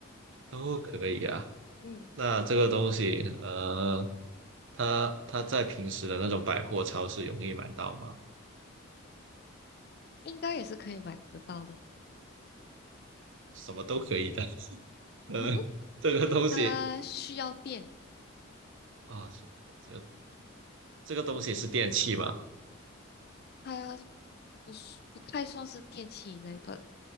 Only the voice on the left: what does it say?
嗯，
应该也是可以买得到的。
<laughs>
它需要电，
它不是不太算是电器类吧，